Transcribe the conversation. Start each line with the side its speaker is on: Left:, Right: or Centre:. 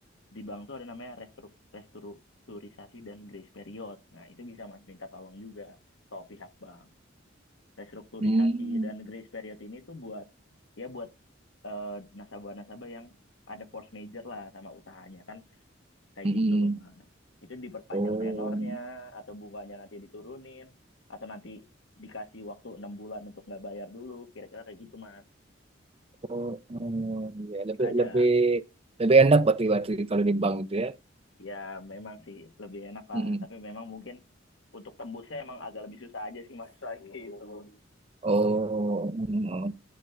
Left: di bank tuh ada namanya restru- restrukturisasi dan grace period. Nah itu bisa mas minta tolong juga ke pihak bank. Restrukturisasi
Right: Hmm.
Left: dan grace period ini tuh buat ya buat eh, nasabah-nasabah yang ada force major lah sama usahanya kan Kayak
Right: Mm-mm.
Left: gitu loh, Mas. Itu diperpanjang
Right: Oh,
Left: tenornya, atau bunganya nanti diturunin, atau nanti dikasih waktu enam bulan untuk nggak bayar dulu, kira-kira kayak gitu, Mas.
Right: oh, oh, ya lebih
Left: Ada,
Right: lebih lebih enak berarti berarti kalau di bank itu ya.
Left: ya memang sih lebih enak lah,
Right: Mm-mm.
Left: tapi memang mungkin untuk tembusnya emang agak lebih susah aja sih, Mas, soalnya gitu.
Right: Oh, mm.